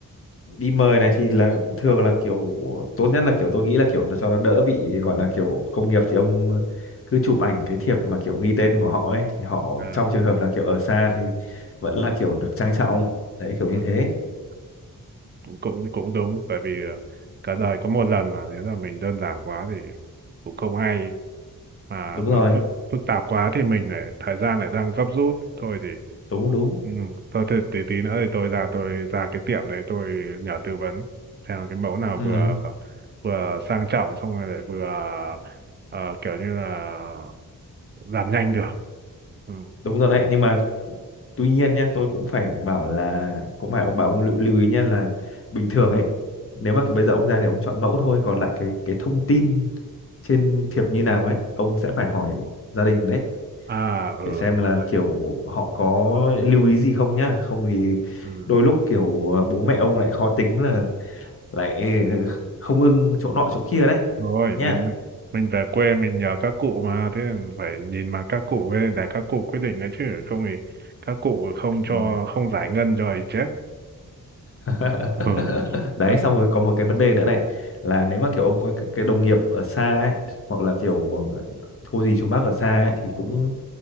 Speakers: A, on the left; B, on the right.
A: đi mời này thì là thường
B: À,
A: là kiểu tốt nhất là kiểu tôi nghĩ là kiểu nó cho nó đỡ bị gọi là kiểu công nghiệp thì ông cứ chụp ảnh cái thiệp mà kiểu ghi tên của họ ấy thì họ
B: ờ,
A: trong trường hợp là kiểu ở xa thì vẫn là kiểu được trang trọng đấy kiểu như
B: ừm,
A: thế
B: cũng cũng cũng đúng bởi vì ờ, cả đời có một lần mà nếu là mình đơn giản quá thì cũng không hay mà
A: đúng
B: mà
A: rồi
B: phức phức tạp quá thì mình lại thời gian lại đang gấp rút thôi thì
A: đúng đúng
B: Ừ. Thôi thì tí tí nữa thì tôi ra tôi ra cái tiệm đấy tôi nhờ tư vấn xem cái mẫu nào
A: ừ,
B: vừa vừa sang trọng xong rồi lại vừa ờ, kiểu như là làm nhanh được. Ừ.
A: đúng rồi đấy nhưng mà tuy nhiên nhá tôi cũng phải bảo là cũng phải ông bảo ông lưu, lưu ý nhá là bình thường ấy nếu mà kiểu bây giờ ông ra thì ông chọn mẫu thôi còn lại cái cái thông tin trên thiệp như nào ấy ông sẽ phải hỏi gia đình đấy
B: À ừ
A: để xem là
B: đấy.
A: kiểu họ có lưu ý gì không nhá không thì
B: Ừ.
A: đôi lúc kiểu ờ, bố mẹ ông lại khó tính là lại không ưng chỗ nọ chỗ kia đấy
B: Rồi
A: nhá
B: mình mình mình về quê mình nhờ các cụ mà thế là phải nhìn mà các cụ với lại các cụ quyết định đấy chứ không thì các cụ không cho
A: ừ.
B: không giải ngân rồi chết.
A: <laughs>
B: <laughs> Ừ.
A: đấy
B: Bất-
A: xong rồi có một cái vấn đề nữa này là nếu mà kiểu ông có các cái đồng nghiệp ở xa ấy hoặc là kiểu ờ, cô dì chú bác ở xa ấy thì cũng